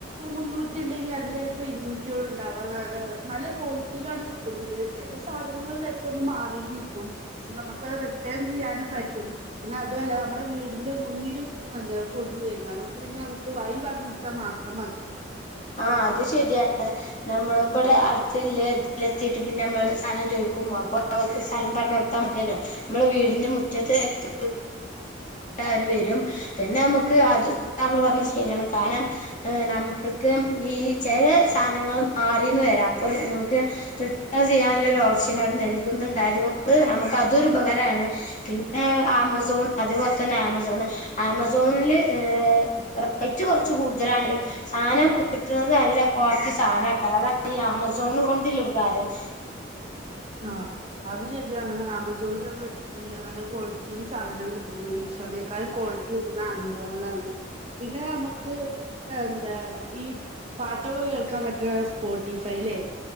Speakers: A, on the right; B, on the left.
A: മുന്നൂറ്റി ണ്ടെങ്കി അതിലെല്പ്പം ഇരുന്നൂറ്റിയോ <unintelligible> നല്ല ക്വാളിറ്റിയിലാണ് കിട്ടുന്നത് ചെല സാധനങ്ങൾ ചെലപ്പൊന്ന് മാറിന്നിരിക്കും. ക്ഷെ നമ്മക്കത് റിട്ടേൺ ചെയ്യാനും പറ്റും പിന്നെ അതുല്ല നമ്മുടെ വീടിന്റെ മുന്നിൽ എന്ത കൊ <unintelligible> നമുക്ക് വൈ പറഞ്ഞൊടുത്താ മാത്രം മതി.
B: ആ അത് ശെരിയാണ് നമ്മൾ ഇബടെ അടുത്ത്ല്ലെ ഇതിലെത്തിട്ട് പിന്നെ മ്മള് സാധനം ചോയിക്കും. അപ്പൊ <unintelligible> സ്ഥലം പറഞ്ഞ്ടുത്താ മതിയല്ലോ മ്മൾ വീടിന്റെ മുറ്റത്ത്. <unintelligible> ര് വരും പിന്നെ മ്മക്ക് അത് താങ്കൾ പറഞ്ഞ ശെരിയാണ് കാരണം ഏ നമ്മ <unintelligible> ഈ ചെല സാനങ്ങൾ മാറിന്ന് വരാം അപ്പ ർ നമ്മക്ക് റിട്ടേ ചെയ്യാനുള്ളൊര് <unintelligible> നൽകുന്നുണ്ടായത്കൊണ്ട് നമുക്ക് അതുരുപകാരാണ് പിന്നെ ഏ ആമസോൺ അത് പോൽ തന്നെ ആമസോണ് ആമസോണില് ഏ റേറ്റ് കൊറച്ച് കൂടുതലാണിലും സാനം. കിട്ട്ണത് ന്നല്ല ക്വാള്റ്റി സാനേക്കാരം അതാണ് ഈ ആമസോണ് കൊണ്ട്ള്ള ഉപകാരം.
A: ആ അത് ശെരിയാണ് ആമസോണിൽ ഞാൻ കേട്ടിട്ട്ണ്ട് നല്ല ക്വാളിറ്റീല് സാധനം കിട്ടുന്ന് മ് ഷോനേക്കാളും ക്വാളിറ്റി കിട്ടുന്ന ആമസോണിലാണ് പിന്നെ മ്മക്ക് എന്താ ഈ. പാട്ടൊക്കെ കേൾക്കാൻ പറ്റ്ണാ സ്പോട്ടിഫൈ ല്ലേ?